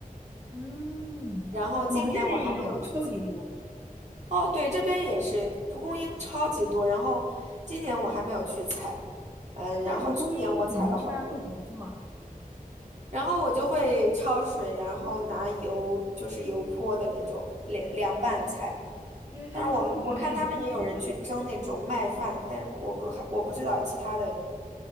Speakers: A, on the right; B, on the right.
A: 嗯，
B: 然后今年我还没有去采。
A: 我们这边也有超级多，
B: 哦，对，这边也是蒲公英超级多，然后今年我还没有去采，嗯，然后去年我采了好多，
A: 但是蒲公英你们一般会怎么做啊？
B: 然后我就会焯水，然后拿油，就是油泼的那种凉凉拌菜。
A: 嗯因为他们说这个有点苦苦的。
B: 但是我们我看他们也有人去蒸那种麦饭，但是我不还我不知道其他的